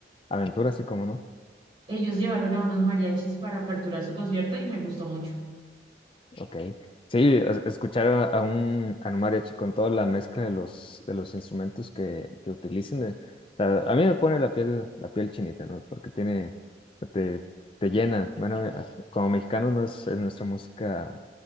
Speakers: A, on the left; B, on the right.
A: Aventura, sí, como no.
B: Ellos llevaron a unos mariachis para aperturar su concierto y me gustó mucho.
A: Ok. Sí, es- escuchar a a un, a un mariachi con toda la mezcla de los, de los instrumentos que, que utilicen, eh, a, a mí me pone la piel, la piel chinita, ¿no? Porque tiene, te, te llena. Bueno, eh, como mexicanos no es es nuestra música